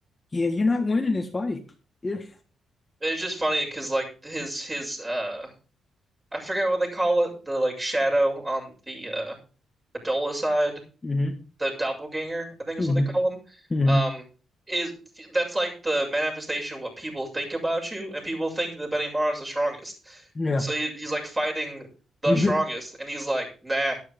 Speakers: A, on the left; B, on the right.
A: yeah, you're not winning this fight. Yeah.
B: It's just funny because like his his uh I forget what they call it, the like shadow on the uh Adola side,
A: hmm
B: the doppelganger, I think
A: hmm
B: is what they call him.
A: hmm
B: Um is that's like the manifestation of what people think about you and people think that Benimaru is the strongest.
A: Yeah.
B: So he, he's like fighting the
A: <laughs>
B: strongest and he's like, "Nah,